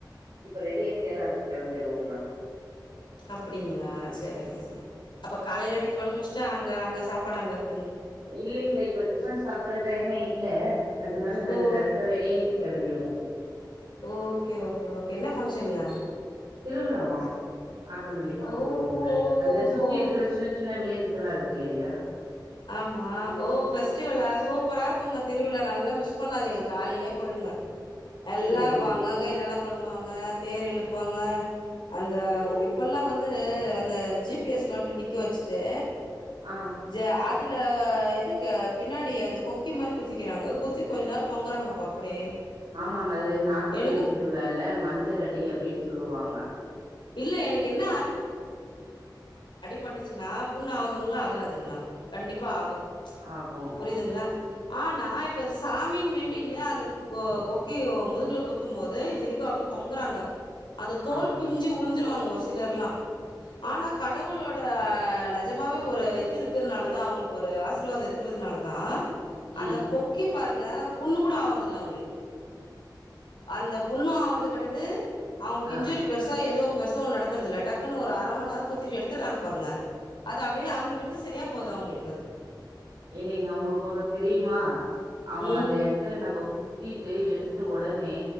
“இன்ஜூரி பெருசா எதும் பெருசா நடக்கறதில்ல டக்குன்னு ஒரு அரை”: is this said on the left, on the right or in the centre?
Left